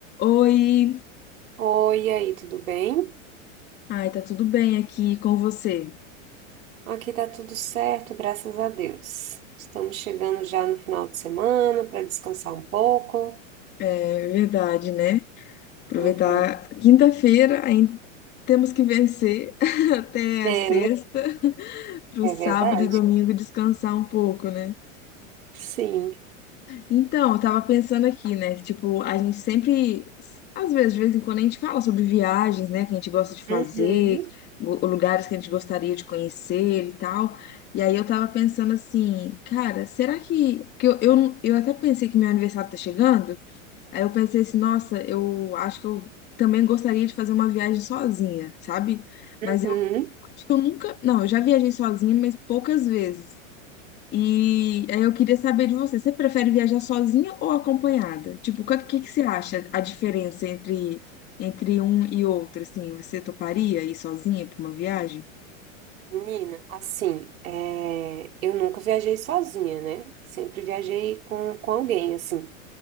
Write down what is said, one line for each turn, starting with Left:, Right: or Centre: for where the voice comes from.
Left: Oi,
Right: Oi, e aí, tudo bem?
Left: ai, tá tudo bem aqui com você?
Right: Aqui tá tudo certo, graças a Deus. Estamos chegando já no final de semana para descansar um pouco.
Left: É verdade, né? Aproveitar
Right: Aham.
Left: quinta-feira, ainda temos que vencer <laughs> até
Right: É,
Left: a sexta, pro
Right: é
Left: sábado
Right: verdade?
Left: e domingo descansar um pouco, né?
Right: Sim.
Left: Então, eu tava pensando aqui, né? Que, tipo, a gente sempre, às vezes, de vez em quando, a gente fala sobre viagens, né? Que a gente gosta de fazer,
Right: Uhum,
Left: gu- lugares que a gente gostaria de conhecer e tal. E aí eu tava pensando assim, cara, será que, que eu, eu, eu até pensei que meu aniversário tá chegando? Aí eu pensei assim, nossa, eu acho que eu também gostaria de fazer uma viagem sozinha, sabe? Mas
Right: uhum.
Left: eu acho que eu nunca. Não, eu já viajei sozinha, mas poucas vezes. E aí eu queria saber de você, você prefere viajar sozinha ou acompanhada? Tipo, o que, que que você acha a diferença entre, entre um e outro, assim? Você toparia ir sozinha para uma viagem?
Right: Menina, assim, é, eu nunca viajei sozinha, né? Sempre viajei com, com alguém, assim.